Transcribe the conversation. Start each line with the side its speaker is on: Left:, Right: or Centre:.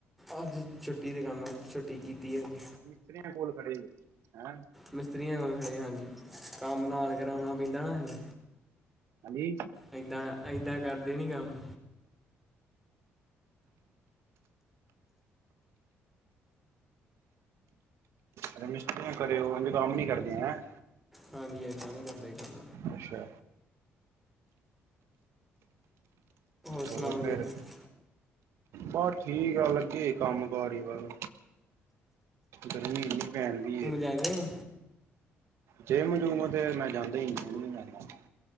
Centre: ਅੱਜ ਛੁੱਟੀ ਦੁਕਾਨੋ ਛੁੱਟੀ ਕੀਤੀ ਹੈ ਅਜ।
Right: ਮਿਸਤਰੀਆਂ ਕੋਲ ਖੜੇ ਸੀ ਹੈਂ?
Centre: ਮਿਸਤਰੀਆਂ ਕੋ ਖੜੇ ਹਾਂ ਅੱਜ ਕੰਮ ਨਾਲ ਕਰਾਉਣਾ ਪੈਂਦਾ ਨਾਲੇ।
Right: ਹਾਂਜੀ।
Centre: ਏਦਾਂ, ਏਦਾਂ ਕਰਦੇ ਨੀ ਕੰਮ।
Right: ਅਗਰ ਮਿਸਤਰੀ ਨਾਲ ਖੜੇ ਨਾ ਹੋਵੋ ਉਹ ਕੰਮ ਨੀ ਕਰਦੀ ਹੈ।
Centre: ਹਾਂਜੀ ਏਦਾਂ ਨੀ ਕਰਦੇ ਕਮ।
Right: ਅੱਛਾ।
Centre: ਸੁਣਾਓ
Right: ਹੋਰ
Centre: ਤੁਸੀਂ
Right: ਫਿਰ। ਬਸ ਠੀਕ ਆ ਲੱਗੇ ਕੰਮ ਕਾਰ ਵੱਲ। ਗਰਮੀ ਇਨੀ ਪੈਣ ਡਈ ਏ ਇਥੇ।
Centre: ਐਵੇਂ।
Right: ਜਿਮ ਜੁਮ ਤੇ ਮੈਂ ਜਾਂਦਾ ਹੀ ਨਹੀਂ।